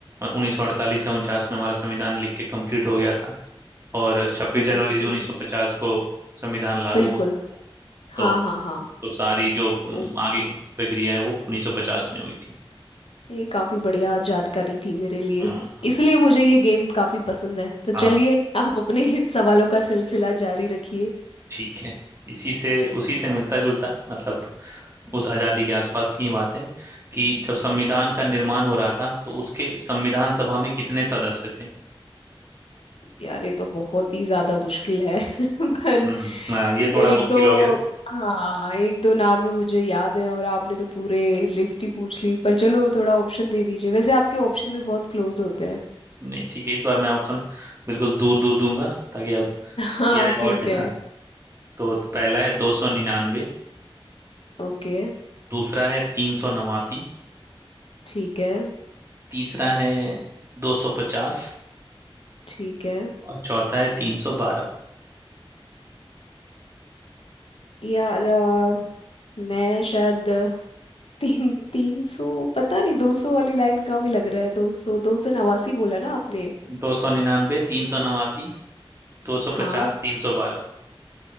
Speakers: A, on the right; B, on the left.
A: उन्नीस सौ अड़तालीस या उनचास में हमारा संविधान लिख के कंप्लीट हो गया था और 26
B: हम्म
A: जनवरी
B: हम्म
A: उन्नीस सौ पचास को संविधान लागू
B: बिल्कुल
A: हो गया था तो
B: हाँ हाँ हाँ
A: तो सारी जो हम्म,
B: ओके
A: आगे की प्रक्रिया है वो उन्नीस सौ पचास में हुई थी
B: ये काफ़ी बढ़िया जानकारी थी मेरे लिए
A: हाँ हाँ
B: इसलिए मुझे ये गेम काफ़ी पसंद है तो चलिए
A: हाँ,
B: आप अपने <laughs> सवालों का सिलसिला जारी रखिए
A: ठीक है इसी से उसी से मिलता जुलता मतलब उस आज़ादी के आसपास की ही बात है कि जब संविधान का निर्माण हो रहा था तो उसके संविधान सभा में कितने सदस्य थे
B: यार ये तो बहुत ही ज्यादा मुश्किल है <laughs> पर
A: हम्म हाँ, ये
B: वो
A: थोड़ा
B: एक
A: मुश्किल
B: दो
A: हो गया
B: हाँ एक दो नाम ही मुझे याद है और आपने तो पूरे लिस्ट ही पूछ ली पर चलो थोड़ा ऑप्शन दे दीजिए वैसे आपके ऑप्शन भी बहुत क्लोज होते हैं
A: नहीं ठीक है इस बार मैं ऑप्शन बिल्कुल दूर दूर दूंगा ताकि आप नियर
B: हाँ
A: अबाउट
B: ठीक है
A: हाँ, तो पहला है दो सौ निन्यानवे
B: ओके
A: दूसरा है तीन सौ नवासी
B: ठीक है
A: तीसरा है दो सौ पचास
B: ठीक है
A: और चौथा है तीन सौ बारह
B: यार अ, मैं शायद तीन तीन सौ पता नहीं दो सौ वाली लाइन का भी लग रहा है दो सौ दो सौ नवासी बोला ना आपने
A: दो सौ निन्यानवे तीन सौ नवासी दो सौ
B: हाँ
A: पचास तीन सौ बारह